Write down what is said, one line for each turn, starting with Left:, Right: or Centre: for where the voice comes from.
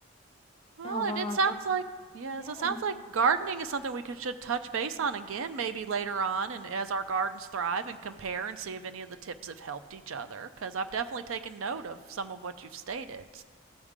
Right: well,
Left: Oh, wow,
Right: it, it
Left: I
Right: sounds
Left: guess,
Right: like, yes,
Left: yeah.
Right: it sounds like gardening is something we could, should touch base on again maybe later on and as our gardens thrive and compare and see if any of the tips have helped each other, because I've definitely taken note of some of what you've stated.